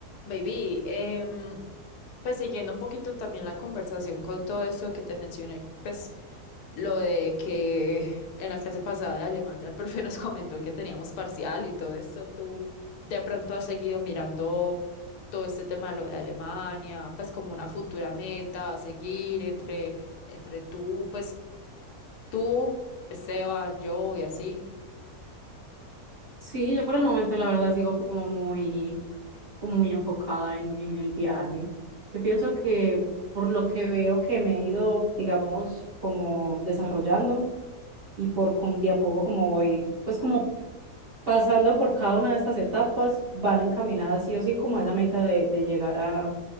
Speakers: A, on the left; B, on the right.
A: Baby, em, pues siguiendo un poquito también la conversación con todo esto que te mencioné, pues lo de que en la clase pasada de alemán ya el <laughs> profe nos comentó que teníamos parcial y todo esto, tú de pronto has seguido mirando todo este tema de lo de Alemania, pues como una futura meta a seguir entre, entre tú, pues tú, Esteban, yo y así.
B: Sí, yo por el momento la verdad sigo como muy, como muy enfocada en, en el viaje. Yo pienso que por lo que veo que me he ido, digamos, como desarrollando y por con- de a poco como voy, pues como pasando por cada una de estas etapas, van encaminadas sí o sí como a esa meta de, de llegar a.